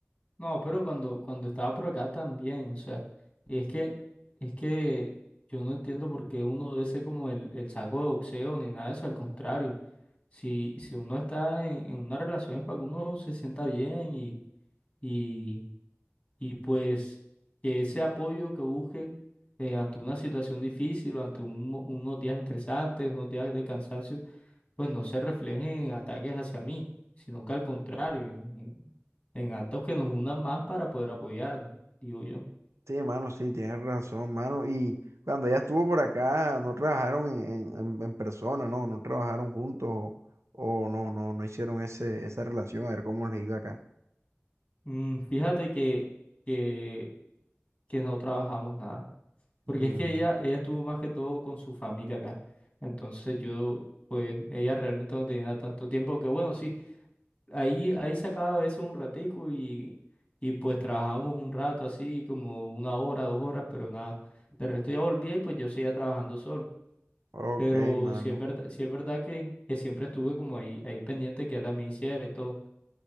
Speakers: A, on the left (about 20°); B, on the right (about 90°).
A: No, pero cuando, cuando estaba por acá también, o sea, y es que, es que yo no entiendo por qué uno debe ser como el, el saco de boxeo ni nada de eso, al contrario, si, si uno está en, en una relación es para que uno se sienta bien y, y, y pues que ese apoyo que busque eh, ante una situación difícil o ante un mo- unos días estresantes, unos días de cansancio, pues no se reflejen en ataques hacia mí, sino que al contrario, en, en- en actos que nos unan más para poder apoyarnos, digo yo.
B: Sí, mano, sí, tienes razón, mano. Y cuando ella estuvo por acá, no trabajaron en, en- en- en persona, no, no trabajaron juntos o, o no, no, no hicieron ese, esa relación, a ver cómo les iba acá.
A: Mm, fíjate que, que, que no trabajamos nada, porque
B: Mm.
A: es que ella, ella estuvo más que todo con su familia acá, entonces yo, pues ella realmente no tenía tanto tiempo, que bueno, sí, ahí, ahí sacaba a veces un ratico y, y pues trabajábamos un rato así, como una hora, dos horas, pero nada, de resto ya volvía y pues yo seguía trabajando solo.
B: Ok,
A: Pero
B: mano.
A: sí es verdad, sí es verdad que, que siempre estuve como ahí, ahí pendiente que ya también hiciera y todo.